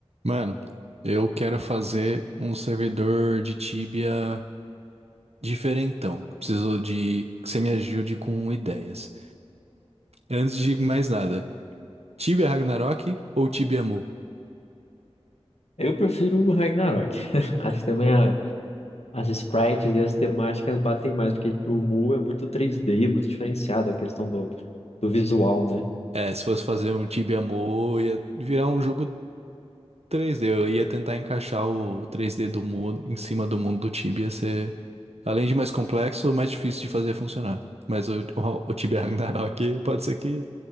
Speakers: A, on the right (about 80°); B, on the left (about 80°).
A: Mano, eu quero fazer um servidor de Tibia diferentão. Preciso de que você me ajude com ideias. Antes de mais nada, Tibia Ragnarok ou Tibia Mu?
B: Eu prefiro o Ragnarok. <laughs> Acho que também a- as sprites e as temáticas batem mais, porque o Mu é muito 3D, é muito diferenciado a questão do, do visual, né?
A: É, se fosse fazer um Tibia Mu, ia virar um jogo três d Eu ia tentar encaixar o o três d do Mu em cima do mundo do Tibia, ia ser, além de mais complexo, mais difícil de fazer funcionar. Mas o, o, o Tibia Ragnarok <laughs> pode ser que,